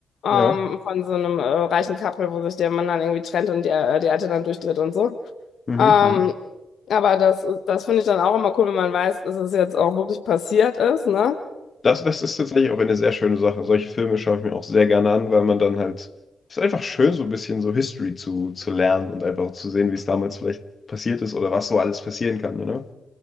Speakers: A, on the left; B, on the left.
A: Ähm,
B: Ja.
A: von so einem äh, reichen Couple, wo sich der Mann dann irgendwie trennt und die, äh, die Alte dann durchdreht und so.
B: Mhm.
A: Ähm,
B: Mhm.
A: aber das, das finde ich dann auch immer cool, wenn man weiß, dass es jetzt auch wirklich passiert ist, ne?
B: Das, das ist tatsächlich auch eine sehr schöne Sache. Solche Filme schaue ich mir auch sehr gerne an, weil man dann halt, es ist einfach schön, so ein bisschen so History zu, zu lernen und einfach auch zu sehen, wie es damals vielleicht passiert ist oder was so alles passieren kann, you know?